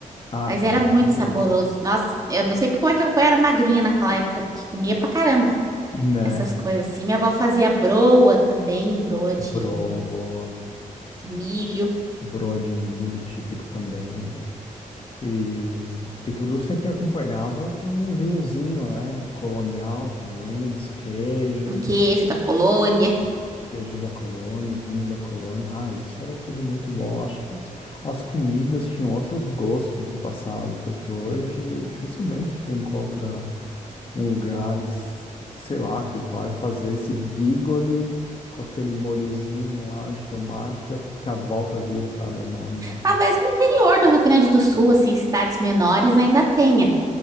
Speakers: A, on the left; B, on the right.
A: Ah,
B: Mas
A: canela,
B: era muito
A: é uma
B: saboroso.
A: delícia.
B: Nossa, eu não sei como é que eu era magrinha naquela época, porque comia pra caramba.
A: Né?
B: essas coisas assim. Minha avó fazia broa também, broa de,
A: Bro.
B: de milho,
A: broa de milho típico também, né? E, e tudo eu sempre acompanhava com um vinhozinho, né? Colonial também, os queijos,
B: um queijo da colônia.
A: queijo da colônia, o vinho da colônia. Ah, isso era tudo muito bom. Eu Acho que os- as comidas tinham outros gostos no passado, porque hoje dificilmente tu encontra um lugar, es- sei lá, que vai fazer esse bigoli com aquele molhozinho lá de tomate que a, que a avó fazia, sabe? A nona.
B: Talvez no interior do Rio Grande do Sul, assim, cidades menores ainda tenha,